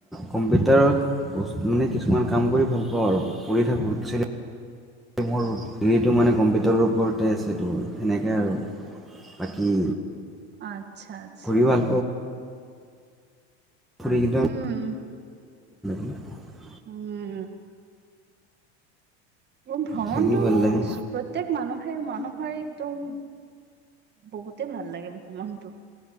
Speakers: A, in the centre; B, on the right.
A: কম্পিউটাৰত মানে কিছুমান কাম কৰি ভাল পাওঁ আৰু কৰি থাকোঁ <unintelligible> এই, মোৰ ডিগ্ৰীটো মানে কম্পিউটাৰৰ ওপৰতে আছেতো, সেনেকে আৰু। বাকী
B: আচ্ছা, আচ্ছা।
A: ঘূৰি ভাল ফ্ৰি কেইটা
B: উম
A: <unintelligible>
B: উম। ভ্ৰমণটো,
A: খেলি ভাল লাগে
B: প্ৰত্যেক মানুহ হেই মানুহৰ একদম, বহুতে ভাল লাগে ভ্ৰমণটো।